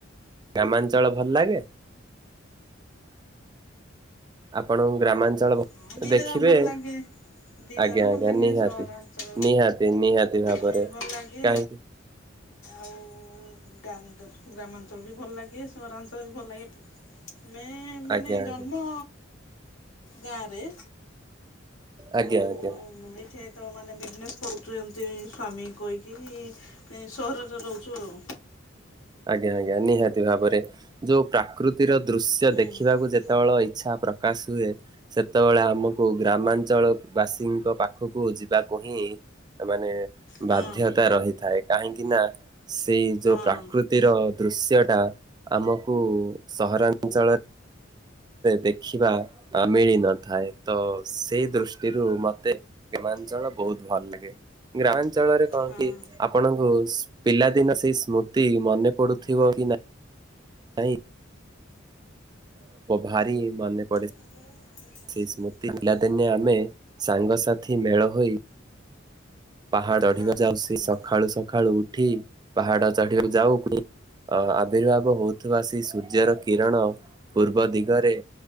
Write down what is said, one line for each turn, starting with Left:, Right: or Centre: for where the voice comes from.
Right: ଗ୍ରାମାଞ୍ଚଳ ଭଲ ଲାଗେ? ଆପଣଙ୍କୁ ଗ୍ରାମାଞ୍ଚଳ ଭ
Left: ହଁ ଦିଟା
Right: ଦେଖିବେ
Left: ଯାକ ଭଲ ଲାଗେ। ଦିଟା
Right: ଆଜ୍ଞା
Left: ଯାକ ଭଲ
Right: ଆଜ୍ଞା
Left: ଲାଗେ
Right: ନିହାତି
Left: ସହରାଞ୍ଚଳ
Right: ନିହାତି ନିହାତି ଭାବରେ।
Left: ବି ଭଲ ଲାଗେ
Right: କାହିଁକି
Left: ଆଉ ଗାଁ ଗା-ଗ୍ରାମାଞ୍ଚଳ ବି ଭଲ ଲାଗେ ସହରାଞ୍ଚଳ ବି ଭଲ ଲାଗେ। ଆମେ ମାନେ
Right: ଆଜ୍ଞା ଆଜ୍ଞା
Left: ଜନ୍ମ ଗାଁରେ।
Right: ଆଜ୍ଞା
Left: ଆଉ
Right: ଆଜ୍ଞା।
Left: ଏଇଠେ ତ ମାନେ ବିଜନେସ୍ କରୁଚୁ ଏମିତି ସ୍ୱାମୀ ଙ୍କି କହିକି ସହରରେ ରହୁଚୁ ଆଉ।
Right: ଆଜ୍ଞା ଆଜ୍ଞା ନିହାତି ଭାବରେ। ଯୋଉ ପ୍ରାକୃତିର ଦୃଶ୍ୟ
Left: ହୁଁ
Right: ଦେଖିବାକୁ ଯେତେବେଳ ଇଚ୍ଛା ପ୍ରକାଶ ହୁଏ ସେତେବେଳେ ଆମକୁ ଗ୍ରାମାଞ୍ଚଳ ବାସୀଙ୍କ ପାଖକୁ ଯିବାକୁ ହିଁ ମାନେ
Left: ହଁ
Right: ବାଧ୍ୟତା ରହିଥାଏ। କାହିଁକି ନା ସେଇ ଯୋଉ
Left: ହଁ।
Right: ପ୍ରା ପ୍ରକୃତିର ଦୃଶ୍ୟଟା ଆମକୁ ସହରାଞ୍ଚଳରେ ଦେଖିବା ମିଳିନଥାଏ। ତ ସେ ଦୃଷ୍ଟିରୁ ମତେ ଗ୍ରାମାଞ୍ଚଳ ବହୁତ ଭଲ ଲାଗେ। ଗ୍ରାମାଞ୍ଚଳରେ କଣ
Left: ହଁ।
Right: କି ଆପଣଙ୍କୁ ପିଲାଦିନ ସେଇ ସ୍ମୃତି ମନେ ପଡୁଥିବ କି ନା <unintelligible> ଭାରି ମାନେ ପଡେ
Left: <unintelligible>
Right: ସେଇ ସ୍ମୃତି
Left: ଭଲସେ।
Right: ପିଲା ଦିନେ ଆମେ ସାଙ୍ଗସାଥି ମେଳ ହୋଇ ପାହାଡଢିକ
Left: ହଁ
Right: ଯାଉ ସେ
Left: ଆଜ୍ଞା
Right: ସକାଳୁ ସକାଳୁ ଉଠି ପାହାଡ ଚଢିବାକୁ ଯାଉ। ପୁଣି ଅ ଆବିର୍ଭାବ ହଉଥିବା ସେଇ ସୂର୍ଯ୍ୟର କିରଣ, ପୂର୍ବ ଦିଗରେ